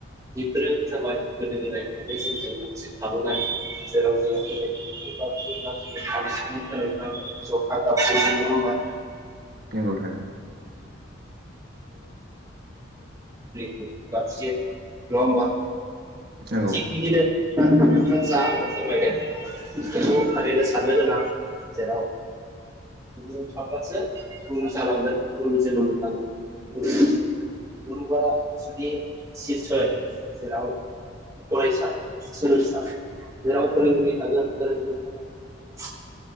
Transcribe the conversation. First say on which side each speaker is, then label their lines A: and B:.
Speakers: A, on the right; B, on the right.
A: बेफोरो जाबाय गोदो गोदायनिफ्रायनो जोंजों लोगोसे थाबोनाय जेरव जों <inaudible> खाम सिफुं जथा, जाबस्रिं नङा होनबा?
B: नंगौ थारैनो
A: <unintelligible> <unintelligible> नङा होमबा?
B: नंगौ
A: थिख बिदिनो <unintelligible> फोरमायदो थारैनो साननो गोनां जेराव गुरु थाब्लासो गुरु जालांगोन गुरुनि जोनोम मोनलांगोन गुरुवआ जुदि सिसय जेराव फरायसा, सोलोंसा जेराव फोरोंगिरि थागोन फोरोंगिरि